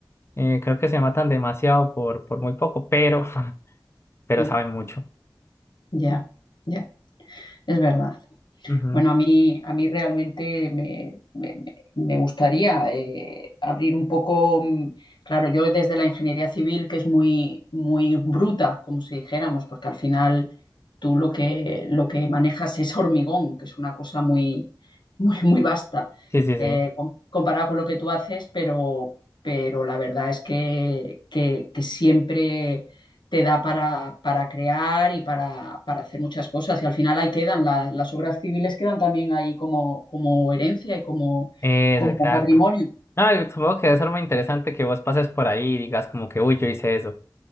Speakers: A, on the left; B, on the left.
A: Eh, creo que se matan demasiado por, por muy poco, pero, <laughs> pero
B: Mm,
A: saben mucho.
B: Ya, ya. Es verdad.
A: Ujú.
B: Bueno, a mí, a mí realmente me, me- me- me gustaría eh, abrir un poco, mm, claro, yo desde la ingeniería civil, que es muy, muy bruta, como si dijéramos, porque al final tú lo que, lo que manejas es hormigón, que es una cosa muy, muy, muy vasta,
A: Sí, sí, sí.
B: eh, com- comparado con lo que tú haces, pero, pero la verdad es que, que que siempre te da para, para crear y para, para, hacer muchas cosas. Y al final ahí quedan, la, las obras civiles quedan también ahí como, como herencia y como,
A: Eso,
B: como
A: exacto.
B: patrimonio.
A: No, y supongo que debe ser muy interesante que vos pases por ahí y digas como que, uy, yo hice eso.